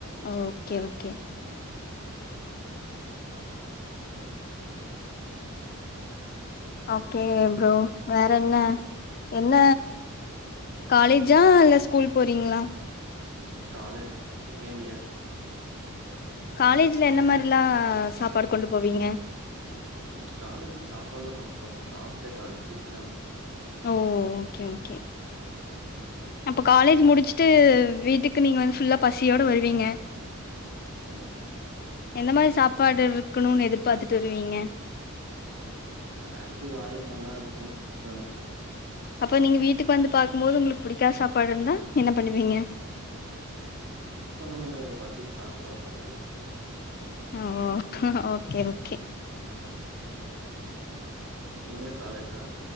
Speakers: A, on the left; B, on the right.
A: ஆ ஓகே ஓகே ஓகே ப்ரோ வேறென்ன என்ன காலேஜா இல்ல ஸ்கூல் போறீங்ளா
B: காலேஜ் செகண்ட் இயர்
A: காலேஜ்ல என்ன மாரில்லா சாப்பாடு கொண்டு போவீங்க
B: ச் காலேஜூக்கு சாப்பாட்ல்லா கொண்டு போக மாட்டோ ஹாப் டே காலேஜ் வீட்டுக்கே வந்
A: ஓ ஓகே ஓகே அப்ப காலேஜ் முடிச்சுட்டு வீட்டுக்கு நீங்க வந்து ஃபுல்லா பசியோட வருவீங்க
B: ஆ
A: எந்த மாதிரி சாப்பாடு இருக்கணும்னு எதிர்பார்த்துட்டு வருவீங்க
B: ஏதாச்சு வாய்க்கு நல்லா இருக்கனு சாப்ட
A: அப்ப நீங்க வீட்டுக்கு வந்து பாக்கும்போது உங்களுக்கு புடிக்காத சாப்பாடு இருந்தா என்ன பண்ணுவீங்க
B: ஒன்னு முடியாது பசிக் சாப்ட்டு உக்காந்திருவ
A: ம் ம் ஓகே ஓகே
B: நீங்க காலேஜா